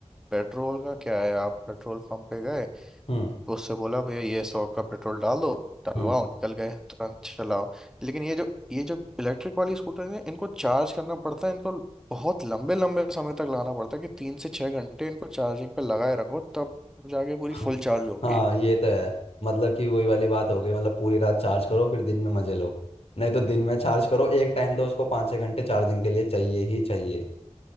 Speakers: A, in the centre; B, on the left.
A: पेट्रोल का क्या है आप पेट्रोल पंप पे गए
B: हम्म
A: उससे बोला भैया ये सौ का पेट्रोल डाल दो डलवाओ
B: हम्म
A: निकल गए तुरंत चलाओ लेकिन ये जो ये जो इलेक्ट्रिक वाली स्कूटर है इनको चार्ज करना पड़ता है इनको बहुत लंबे लंबे समय तक लाना पड़ता है कि तीन से छह घंटे इनको चार्जिंग पे लगाए रखो तब जाके पूरी
B: हाँ
A: फुल चार्ज होंगी
B: हाँ ये तो है मतलब कि वही वाली बात हो गई मतलब पूरी रात चार्ज करो फिर दिन में मजे लो नहीं तो दिन में चार्ज करो एक टाइम तो उसको पाँच छः घंटे चार्जिंग के लिए चाहिए ही चाहिए